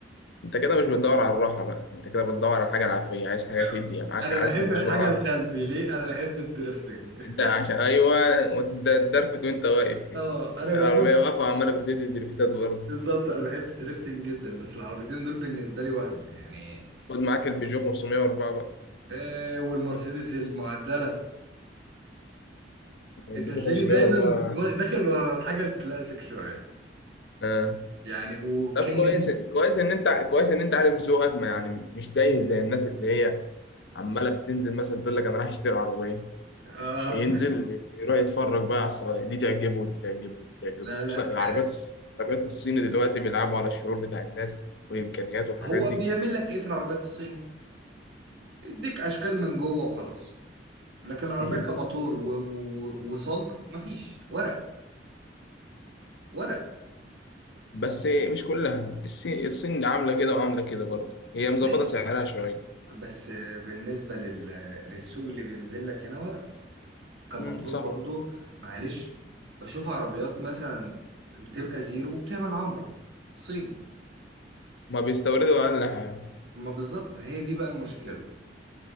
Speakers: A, on the left (about 65°); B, on the right (about 75°).
A: انت كده مش بتدور على الراحة بقى انت كده بتدور على حاجة العافية عايز
B: <laughs>
A: حاجة تدي يعني معاك
B: انا
A: عزم
B: بحب
A: وسرعة
B: الحاجه الخلفي ليه انا بحب الدريفتنج <laughs>
A: انت عشان ايوه وت- الدرفت وانت واقف كده
B: اه انا بحب
A: العربية واقفة وعمالة بتدي دريفتات برضه
B: بالظبط انا بحب الدريفتنج جدا بس العربيتين دول بالنسبه لي وهم يعني
A: خد معاك البيجو 504 بقى
B: آه والمرسيدس المعدله
A: البيجو
B: انت هتلاقيني
A: 504
B: دايما وا- داخل ورا الحاجه الكلاسيك شويه
A: اه
B: يعني وكاره
A: طب كويس كويس ان انت كويس ان انت عارف ذوقك ما يعني مش تايه زي الناس اللي هي عماله بتنزل مثلا تقول لك انا رايح اشتري عربيه
B: اه
A: ينزل يروح يتفرج بقى على الصغير دي تعجبه ودي تعجبه ودي
B: <laughs>
A: تعجبه
B: لا لا
A: خصوصا العربيات
B: يعني
A: العربيات الصيني دلوقتي بيلعبوا على الشعور بتاع الناس والإمكانيات والحاجات
B: هو
A: دي
B: بيعمل لك ايه في العربيات الصيني يديك اشكال من جوه وخلاص لكن العربيات
A: مم.
B: كموتور و... و... و- وصاج مفيش ورق ورق
A: بس مش كلها الصين الصين عاملة كده وعاملة كده برضه هي مظبطة
B: ماشي
A: سعرها شوية
B: بس بالنسبة لل... للسوق اللي بينزل لك هنا ورق كموتور
A: مم، صح
B: برضو معلش بشوف عربيات مثلا بتبقى زيرو وبتعمل عمرة صيني
A: ما بيستوردوا أقل حاجة
B: ما بالظبط هي دي بقى المشكلة